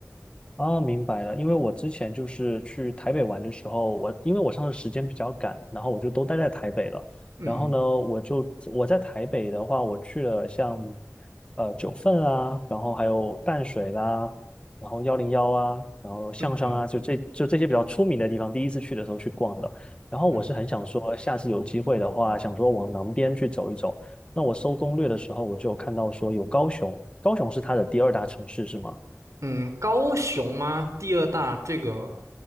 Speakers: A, on the left (about 20°); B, on the right (about 75°).
A: 啊，明白了。因为我之前就是去台北玩的时候，我因为我上次时间比较赶，然后我就都待在台北了。
B: 嗯嗯
A: 然后呢，我就我在台北的话，我去了像呃九份啊，然后还有淡水啦，然后幺零幺啊，然后象山啊，
B: 嗯
A: 就这就这些比较出名的地方，第一次去的时候去逛的。然后我是很想说，
B: 嗯。
A: 下次有机会的话，想说往南边去走一走。那我搜攻略的时候，我就有看到说有高雄，高雄是它的第二大城市是吗？
B: 嗯，高雄吗？第二大这个